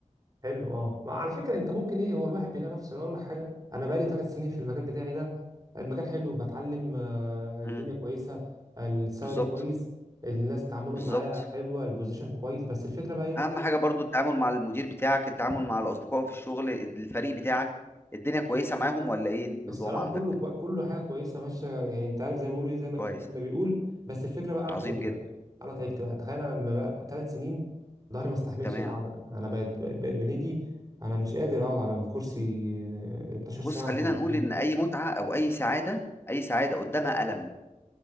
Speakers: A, on the right (about 30°); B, on the left (about 20°).
A: حلو اه ما على فكره انت ممكن ايه هو الواحد بيلاقي نفسه أنا اقول لك حاجه انا بقالي ثلاث سنين في المجال بتاعي ده المجال حلو بتعلم آه، الدنيا
B: امم
A: كويسه السالري
B: بالظبط
A: كويس الناس تعاملهم
B: بالظبط
A: معايا حلوه البوزيشن كويس بس الفكره بقى ايه
B: اهم حاجه برضو التعامل مع المدير بتاعك التعامل مع الاصدقاء في الشغل الفريق بتاعك الدنيا كويسه معاهم ولا ايه النظام
A: الصراحه
B: عندك
A: كله كو... كله حاجه كويسه ماشيه يعني انت عارف زي ما بيقولوا ايه زي ما الكتاب
B: كويس
A: ما بيقول بس الفكره بقى انا
B: عظيم
A: تعبت
B: جدا
A: بقى انا تعبت بقى تخيل انا لما بقى ثلاث سنين ظهري ما استحملش
B: تمام
A: القعده انا بقيت ب... ب... بنيجي انا مش قادر اقعد على الكرسي آه، 12
B: بص
A: ساعه
B: خلينا
A: متواصلين
B: نقول ان اي متعه او اي سعاده اي سعاده قدامها الم